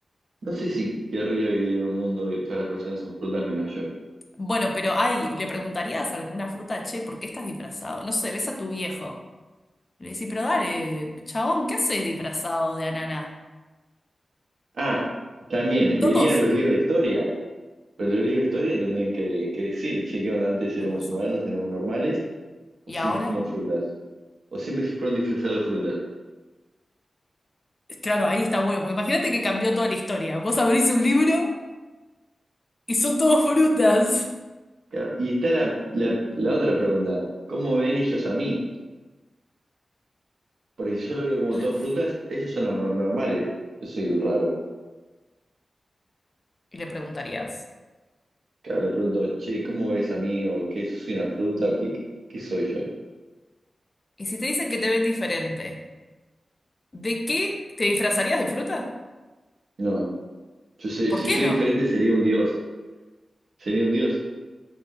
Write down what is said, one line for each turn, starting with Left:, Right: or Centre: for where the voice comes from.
Right: no sé si querría vivir en un mundo donde todas las personas son frutas menos yo.
Left: Bueno, pero ay, le preguntarías alguna fruta, che, ¿por qué estás disfrazado? No sé, ves a tu viejo. Le decís, pero dale, chabón, ¿qué haces disfrazado de ananá?
Right: Ah, también,
Left: Todos.
Right: vería los libros de historia. Pero los libros de historia tendrían que, que decir, che, ¿qué onda? Antes éramos
Left: Tienes razón.
Right: humanos, éramos normales, o
Left: ¿Y
Right: siempre
Left: ahora?
Right: fuimos frutas, o siempre fueron disfrazados de frutas.
Left: Claro, ahí está bueno, porque imagínate que cambió toda la historia. Vos abrís un libro y son todos frutas.
Right: Claro, Y está la, la, la otra pregunta, ¿cómo ven ellos a mí? Porque si yo lo veo como
Left: Claro.
Right: todos frutas, ellos son los nor- normales, yo soy el raro.
Left: Y le preguntarías,
Right: Claro, le pregunto, che, ¿cómo ves a mí? ¿O qué? ¿Soy una fruta? ¿O qué, qué soy yo?
Left: ¿y si te dicen que te ven diferente, ¿de qué te disfrazarías de fruta?
Right: No, yo sé,
Left: ¿Por
Right: si
Left: qué
Right: soy
Left: no?
Right: diferente sería un dios, sería un dios.